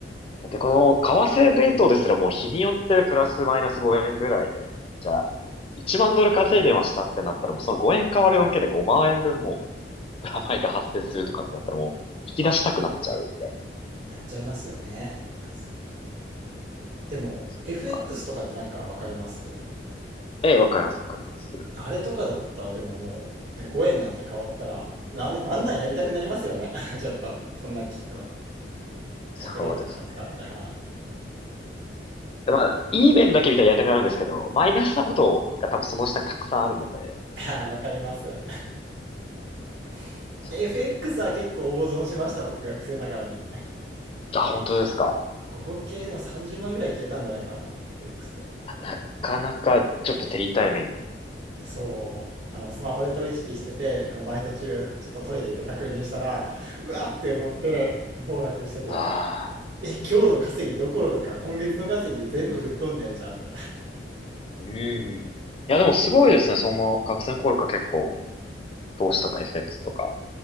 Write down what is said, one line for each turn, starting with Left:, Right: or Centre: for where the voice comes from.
Left: だってこの為替レートですらもう日によってプラスマイナス5円ぐらいで、じゃあ1万ドル稼いでましたってなったらもうその5円変わるだけで5万円分もプラマイが発生するとかってなったらもう引き出したくなっちゃうみたい
Right: あなっちゃいますよね。うんでも、
Left: な。
Right: FX
Left: はい
Right: とかってなんかわかります
Left: ええ、わかります、わかります。
Right: あれとかだったらでももう、ね、5円なんて変わったら、なんでもあんなんやりたくなりますよね <laughs>。ちょっと、そんなん聞くと。100ロットとか使って、
Left: そうですね。
Right: は
Left: でまあ、いい面だけ見たらやりたくなるんですけど、マイナスなことが多分その下にたくさんあるので、なんか
Right: い。ああ、わかります <laughs>。
Left: その時の、
Right: FX は結構大損しました、僕学生ながらに。
Left: あ、本当ですか。
Right: 合計でも30万ぐらい消えたんじゃないかな、FX で。
Left: あなかなかちょっと手痛い目に。
Right: そう、あの、スマホで取引してて、あの、バイト中、ちょっとトイレ行って確認したら、うわって思って、暴落してて、
Left: ああ、
Right: え、今日の稼ぎどころか、今月の稼ぎ全部吹っ飛んでんじゃんって。
Left: うんいや、でもすごいですね。その学生の頃から結構、投資とかエフエックスとか。